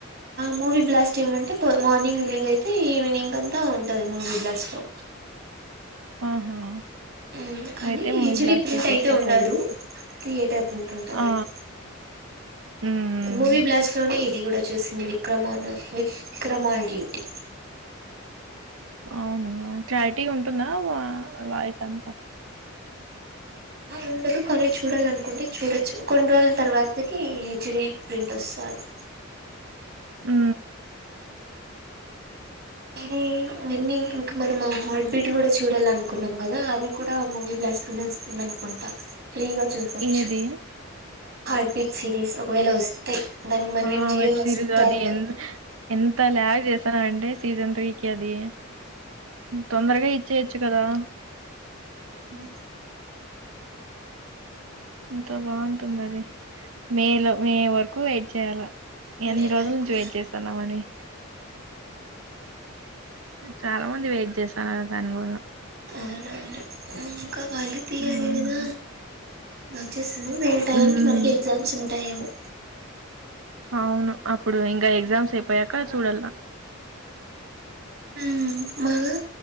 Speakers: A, on the right; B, on the right.
A: మూవీ బ్లాస్ట్ అంటే మార్నింగ్ రిలీజ్ అయి అయితే ఈవినింగ్ అంతా ఉంటంది మూవి బ్లాస్ట్ లో
B: ఆహా
A: మ్ కానీ
B: అయితే మూవీ
A: హెచ్డి
B: బ్లాస్ట్‌లో
A: ప్రింట్
B: చూస్తా
A: అయితే ఉండదు,
B: ట్రై చేస్తా.
A: థియేటర్ తిట్ ఉంటందని
B: ఆ! హ్మ్. హ్మ్.
A: మూవీ బ్లాస్ట్ లోనే ఇది కూడా చూసి విక్రమా విక్రమాన్ డ్యూటి
B: అవునా క్లారిటీ ఉంటుందా వ వ చంత
A: ఉండదు కానీ చూడాల అనుకుంటే చూడొచ్చు కొన్ని రోజుల తర్వాతకి హెచ్డీ ప్రింట్ వస్తది
B: ఉ
A: ఇది నన్నన్ని ఇంకా మనం హార్ట్ బీట్ కూడా చూడాల అనుకున్నాం కదా, అది కూడా మూవీ బ్లాస్టులోనే వస్తుంది అనుకుంటా ఫ్రీగా చూసొచ్చు
B: ఏది?
A: హార్ట్ బీట్ సీరీస్ ఒకవేళ వస్తే దానికి మనం
B: ఆ
A: ఏం జియో
B: వెబ్
A: హాట్స్టార్
B: సిరీస్ అది,
A: లో
B: ఎన్ ఎంత ల్యాగ్ జేస్. స్తాన్నారంటే సీసన్ త్రీ. క్యాది తొందరగా ఇచ్చేయొచ్చు కదా.
A: ఉమ్.
B: ఇంత బాగుంటుంది అది, మే లో, మే వరకు వెయిట్ చేయాల. ఎన్ని
A: మే వరకు
B: రోజుల నుంచి వెయిట్ చేస్తున్నామని చాలా మంది వెయిట్ చేసారు దాని కూడా
A: అనా అకా వలి తీయాలిదా
B: హ్మ్
A: నచెస్ వేటానికి
B: హ్మ్
A: మనకి ఎగ్జామ్స్ ఉంటాయేమో
B: అవును అప్పుడు ఇంకా ఎగ్జామ్స్ అయిపోయాక చూడలా
A: మ్ మాగా